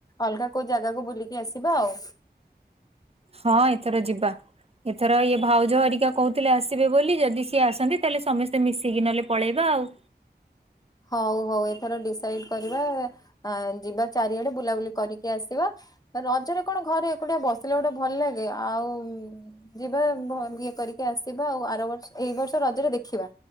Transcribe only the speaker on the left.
ଅଲଗା କୋଉ ଜାଗାକୁ ବୁଲିକି ଆସିବା ଆଉ।
ହଉ ହଉ ଏଥର ଡିସାଇଡ କରିବା ଆଁ ଯିବା ଚାରିଆଡେ ବୁଲାବୁଲି କରିକି ଆସିବା। ରଜରେ କଣ ଘରେ ଏକୁଟିଆ ବସିଲେ ଗୋଟେ ଭଲ ଲାଗେ ଆଉ। ଯିବା ଭ ଇଏ କରିକି ଆସିବା ଆଉ ଆର ବର୍ଷ ଏଇ ବର୍ଷ ରଜରେ ଦେଖିବା।